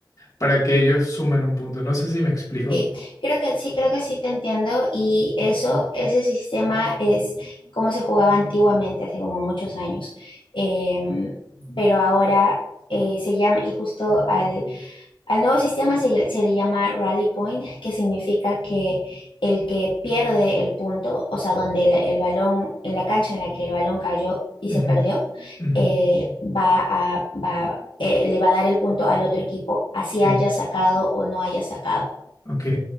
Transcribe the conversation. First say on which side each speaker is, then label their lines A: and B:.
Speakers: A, on the left; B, on the left.
A: para que ellos sumen un punto. No sé si me explico.
B: Sí, creo que sí, creo que sí te entiendo y eso, ese sistema es como se jugaba antiguamente, hace como muchos años, Em, pero ahora eh, se llama, y justo al Al nuevo sistema se, se le llama Rally Point, que significa que el que pierde el punto, o sea, donde el, el balón, en la cancha en la que el balón cayó y
A: Ujú,
B: se perdió,
A: ujú,
B: eh, va a, va, eh, le va a dar el punto al otro equipo, así
A: ok,
B: haya sacado o no haya sacado.
A: ok.